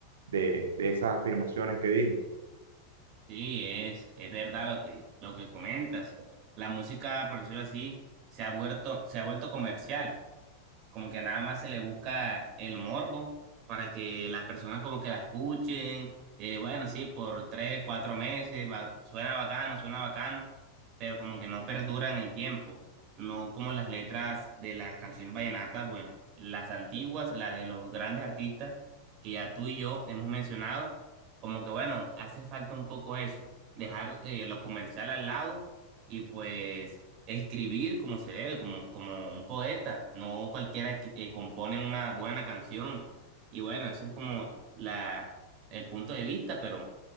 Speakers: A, on the right; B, on the right.
A: de, de esas afirmaciones que dije.
B: Sí, es, es verdad lo que, lo que comentas. La música, por decirlo así, se ha vuelto, se ha vuelto comercial. como que nada más se le busca el morbo para que las personas como que la escuchen, eh, bueno, sí, por tres, cuatro meses, va- suena bacano, suena bacano, pero como que no perduran el tiempo, no como las letras de las canciones vallenatas, bueno, las antiguas, las de los grandes artistas que ya tú y yo hemos mencionado, como que bueno, hace falta un poco eso, dejar eh, lo comercial al lado y pues escribir como se debe, como, como un poeta. No cualquiera que que compone una buena canción. Y bueno, eso es como la, el punto de vista, pero